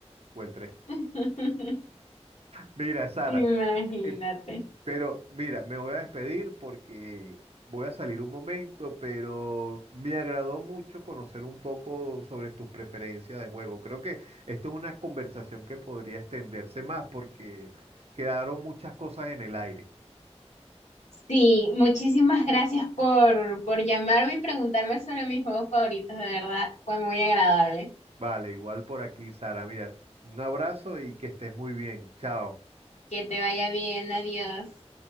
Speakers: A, on the right (about 60°); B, on the left (about 85°).
A: o el 3.
B: <laughs>
A: Mira, Sara,
B: Imagínate.
A: eh, pero mira, me voy a despedir porque voy a salir un momento, pero me agradó mucho conocer un poco sobre tus preferencias de juego. Creo que esto es una conversación que podría extenderse más porque quedaron muchas cosas en el aire.
B: Sí, muchísimas gracias por, por llamarme y preguntarme sobre mis juegos favoritos, de verdad, fue muy agradable.
A: Vale, igual por aquí, Sara. Mira, un abrazo y que estés muy bien. Chao.
B: Que te vaya bien, adiós.